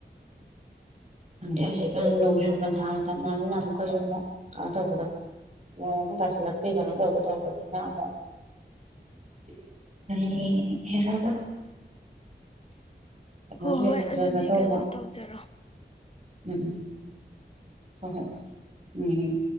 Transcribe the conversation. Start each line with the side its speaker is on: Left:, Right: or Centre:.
Right: ꯈꯪꯗꯦ ꯅꯣꯡꯁꯨꯨ ꯄꯟꯊꯥ <unintelligible> ꯑꯃꯨꯛ ꯀꯖꯨ ꯃꯨꯛ ꯀꯩꯅꯣ ꯇꯧꯕꯗꯣ꯫ ꯅꯣꯡ ꯑꯃꯨꯛ ꯇꯥꯁꯤꯜꯂꯛꯄꯤ ꯀꯩꯅꯣ ꯇꯧꯒꯦ ꯇꯧꯕꯅꯤꯅ ꯑꯃꯨꯛ꯫ <unintelligible> ꯀꯩꯅꯣꯖꯨ
Left: ꯍꯣꯏ ꯍꯣꯏ
Right: ꯍꯦꯛ ꯐꯖꯒꯗꯧꯕ
Left: ꯑꯗꯨꯗꯤ ꯀꯩꯅꯣ ꯇꯧꯖꯔꯣ
Right: ꯎꯝ꯫ ꯍꯣꯏ ꯎꯝ꯫